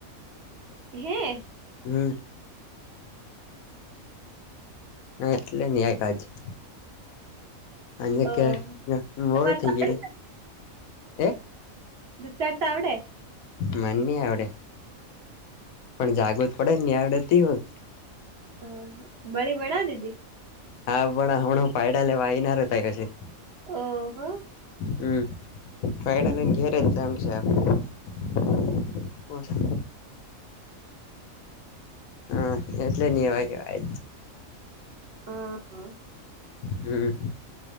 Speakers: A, on the right; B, on the left.
A: હે.
B: હમ. હા એટલે ન્યાય પાછી. અને
A: ઓહ
B: કે બળું
A: તમારે
B: થઈ
A: તો આવડે
B: ગયલ એ
A: દુખતા આવડે.
B: મને નહી આવડે. પણ જાગૃત પડે નની આડતી હોય.
A: હા બળી વણા દીદી.
B: હા પણ હું હું પાયડ લવાયનો તારિ પાશે.
A: ઓહો.
B: હમ ફાયનાલી ઘેરદતામ છે. <unintelligible> હછા હા એટલે નનીવાયય
A: હ
B: જ <unintelligible> હમ